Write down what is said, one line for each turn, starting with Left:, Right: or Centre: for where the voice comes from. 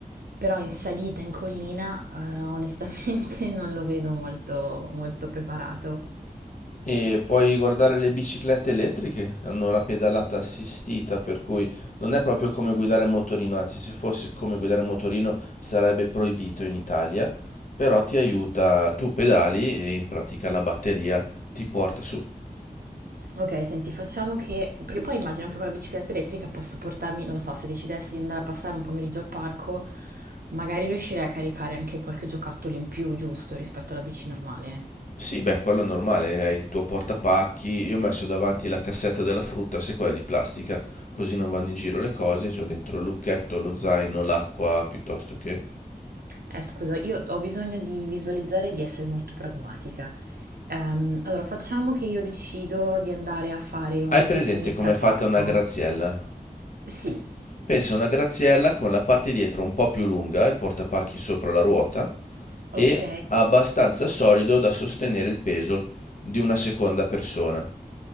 Right: però in salita, in collina, eh, onestamente <laughs> non lo vedo molto, molto preparato.
Left: E puoi guardare le biciclette elettriche, hanno la pedalata assistita, per cui non è proprio come guidare il motorino, anzi se fosse come guidare il motorino sarebbe proibito in Italia, però ti aiuta, tu pedali e in pratica la batteria ti porta su.
Right: Ok, senti, facciamo che... Perché poi immagino anche con la bicicletta elettrica posso portarmi, non lo so, se decidessi di andare a passare un pomeriggio al parco, magari riuscirei a caricare anche qualche giocattolo in più, giusto, rispetto alla bici normale.
Left: Sì, beh, quello è normale, hai il tuo portapacchi, io ho messo davanti la cassetta della frutta, se quella è di plastica, così non vanno in giro le cose, c'ho dentro il lucchetto, lo zaino, l'acqua, piuttosto che...
Right: Eh, scusa, io ho bisogno di visualizzare e di essere molto pragmatica. Ehm, allora, facciamo che io decido di andare a fare un
Left: Hai presente
Right: picnic
Left: com'è
Right: al
Left: fatta
Right: parco.
Left: una graziella?
Right: Sì,
Left: Pensa a una graziella con la parte dietro un po' più lunga, il portapacchi sopra la ruota, e
Right: ok.
Left: abbastanza solido da sostenere il peso di una seconda persona,